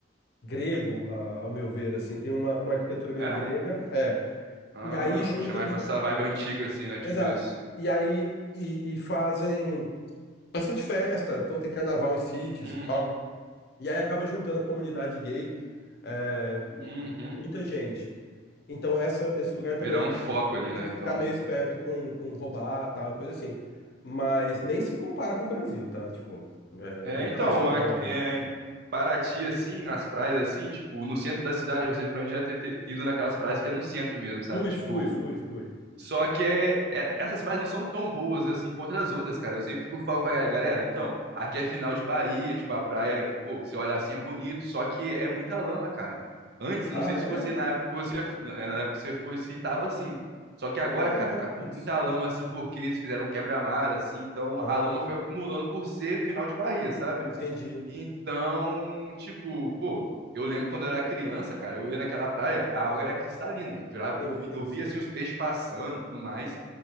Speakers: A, on the left; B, on the right.
A: grego, a- ao meu ver, assim, tem uma, uma arquitetura meio
B: É?
A: grega. É.
B: Ah,
A: E aí junta,
B: puxa mais
A: e,
B: pra essa vibe antiga, assim, né? Tipo
A: exato.
B: isso.
A: E aí e, e fazem. bastante festa, então tem carnaval em sítios,
B: Uhum.
A: e tal. E aí acaba juntando a comunidade gay, é,
B: Uhum.
A: muita gente. Então essa, esse lugar
B: Virar
A: também
B: um foco ali,
A: tem
B: né?
A: que ficar
B: Então.
A: meio esperto com, com roubar, tal, coisa assim. Mas nem se compara com o Brasil, tá? Tipo,
B: É,
A: é, em
B: então,
A: relação
B: a- é,
A: a...
B: em Paraty, assim, as praias, assim, tipo, no centro da cidade, você provavelmente já deve ter ido naquelas praias que é no centro mesmo, sabe?
A: Fui,
B: Tipo,
A: fui, fui, fui.
B: só que é, é- essas praias não são tão boas, assim, contra as outras, cara. Eu sempre fico falando pra galera, galera, então, aqui é final de Bahia, tipo, a praia, pô, você olha assim, é bonito, só que é muita lama, cara. Antes, não
A: Ah,
B: sei se
A: é?
B: você, na época que você, eh, na época que você foi, se tava assim. Só que agora,
A: É,
B: cara, tá com
A: putz.
B: muita lama, assim, porque eles fizeram um quebra-mar, assim, então
A: Ah,
B: a lama foi acumulando por ser final de Bahia, sabe?
A: entendi.
B: Então, tipo, pô, eu lembro quando eu era criança, cara, eu ia naquela praia, a água era cristalina. Eu, jurava-
A: Sim,
B: eu vi,
A: sim,
B: eu via,
A: sim.
B: assim, os peixes passando e tudo mais.